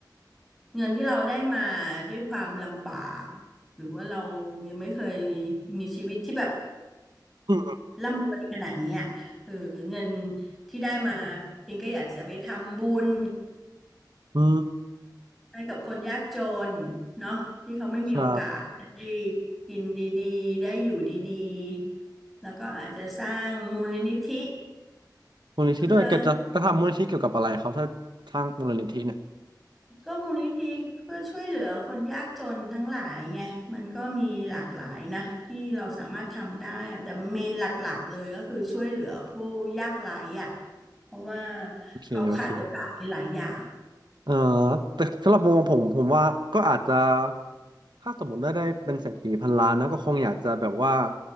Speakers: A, in the centre; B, on the right.
A: เงินที่เราได้มาด้วยความลำบากหรือว่าเรายังไม่เคยมีชีวิตที่แบบ
B: อืม
A: ร่ำรวยขนาดเนี้ยเออเงินที่ได้มาปิ๊งก็อยากจะไปทำบุญ
B: อืม
A: ให้กับคนยากจนเนาะที่เขาไม่มีโอกาสได้
B: ใช่
A: กินดีๆได้อยู่ดีๆแล้วก็อาจจะสร้างมูลนิธิ
B: มูลนิธิด้วยแกจะจะทำมูลนิธิเกี่ยวกับอะไรครับถ้าทางมูลนิธิเนี่ย
A: เพื่อก็มูลนิธิเพื่อช่วยเหลือคนยากจนทั้งหลายไงมันก็มีหลากหลายนะที่เราสามารถทำได้อะแต่มันเมนหลักๆเลยก็คือช่วยเหลือผู้ยากไร้อ่ะเพราะว่า
B: โอเคโอเค
A: เขาขาดโอกาสในหลายอย่าง
B: เออแต่สำหรับมุมมองผมผมว่าก็อาจจะถ้าสมมติได้ได้เป็นเศรษฐีพันล้านนะก็คงอยากจะแบบว่า